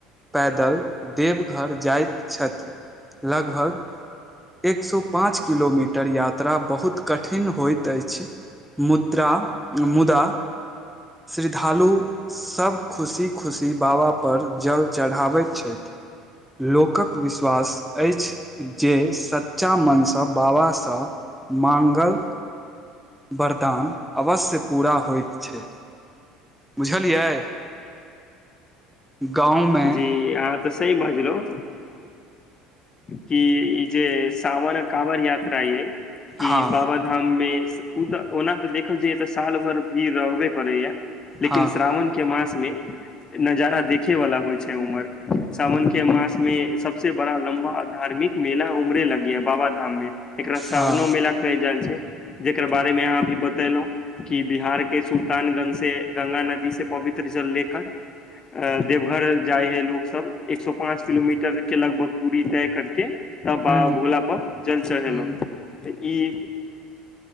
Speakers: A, in the centre; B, on the left.
A: पैदल देवघर जाइत छैथ लगभग एक सए पाँच किलोमीटर यात्रा बहुत कठिन होइत अछि मुद्रा मुदा श्रिद्धालु सभ खुशी खुशी बाबा पर जल चढ़ाबैत छथि लोकक विश्वास अछि जे सऽ सच्चा मन सँ बाबा सँ माँगल वरदान अवश्य पूरा होइत छै बुझलियै गाँव में
B: जी अहाँ तऽ सही बजलऔ कि ई जे सावन काँवर यात्रा यै कि
A: हँ
B: बाबा धाम में ओ तऽ ओना तऽ देखल जा तऽ साल भर भीड़ रहबे करैया लेकिन
A: हँ
B: श्रावन के मास में नजारा देखे वाला होइ छै ह उमरे सावन के मास में सबसे बड़ा लम्बा धार्मिक मेला उमरे लगै है बाबा बाबा धाम में एकरा सावनो
A: हँ
B: मेला कलह जाई छै जकर बारे मे अहाँ अभी बतेलहुं कि बिहार के सुल्तानगंज से ग्ंगा नदी से पवित्र जल लेकर देवघर जाइ है लोग सब एक सए पाँच किलोमीटर के लगभग दूरी तय करके तब बाबा
A: ह्म
B: भोला पर जल चढ़ेलहुं
A: ह्म
B: तऽ ई